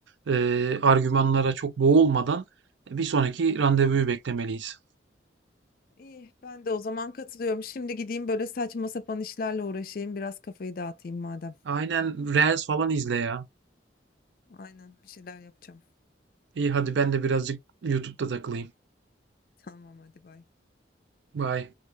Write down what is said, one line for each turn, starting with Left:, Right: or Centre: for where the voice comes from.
Right: e,
Left: Hı
Right: argümanlara
Left: hı.
Right: çok boğulmadan bir sonraki randevuyu beklemeliyiz.
Left: İyi, ben de o zaman katılıyorum. Şimdi gideyim böyle saçma sapan işlerle uğraşayım. Biraz kafayı dağıtayım madem.
Right: Aynen Reels falan izle ya.
Left: Aynen, bir şeyler yapacağım.
Right: İyi hadi ben de birazcık YouTube'da takılayım.
Left: <laughs> Tamam hadi bay.
Right: Bye.